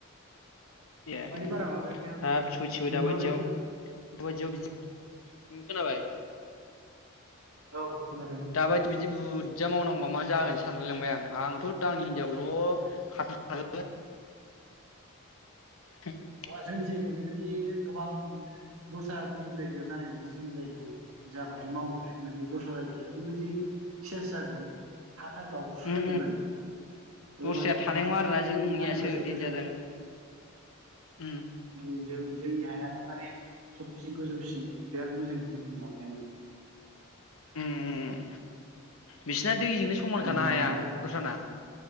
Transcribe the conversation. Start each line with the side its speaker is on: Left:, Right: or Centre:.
Left: ए
Right: माने बारा माबायाखै आं
Left: हाब सइथिबो
Right: नुवाखैबो
Left: दा बायदियाव <unintelligible> बिदि खोनाबाय
Right: औ खोनादों।
Left: दाबायदि बिदि बुर्जा मावनांगौआ मा जागोन सानलायलांबाय आं आंथ' आंनि हिनजावल' <unintelligible> <inaudible>
Right: अ जोंनि जायगायाव बेबायदि गोबां दस्रा गुबुन जायगायाव जानायबायायदि जोंनि जायगायाव जाबाथाय मावबाथाय माने दस्रा जायगाया ओरैबायदि सेस जागोन हा था गाव फुसाजोबगोन
Left: उम उम
Right: बे
Left: दस्राया
Right: माने
Left: थानाय नङा आरोना
Right: बे
Left: जोंनियासो
Right: मा होनो गोजौ
Left: देन्जार
Right: गोजौ
Left: जागोन उम।
Right: नों जों जोंनि हायानो माने सबसे गोजौसिन बिराद मोजां जोंनि माबायानो।
Left: उम उम उम बिसिना दैजोंनो
Right: जोंनि
Left: समान खानो हाया
Right: माबाया आरो
Left: दस्राना?